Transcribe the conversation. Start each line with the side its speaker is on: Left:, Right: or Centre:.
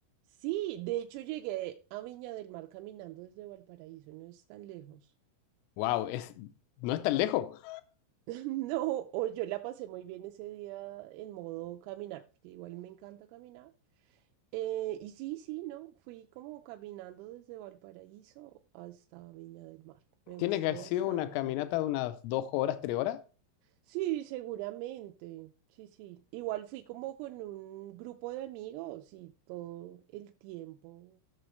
Right: Sí, de hecho llegué a Viña del Mar caminando desde Valparaíso, no es tan lejos.
Left: Wow, es, no es tan lejos.
Right: <laughs> No, o yo la pasé muy bien ese día en modo caminar, porque igual me encanta caminar. Eh, y sí, sí, no, fui como caminando desde Valparaíso hasta Viña del Mar. Me gustó
Left: Tiene que haber sido
Right: bastante.
Left: una caminata de unas dos horas, tres horas.
Right: Sí, seguramente. Sí, sí. Igual fui como con un grupo de amigos y todo el tiempo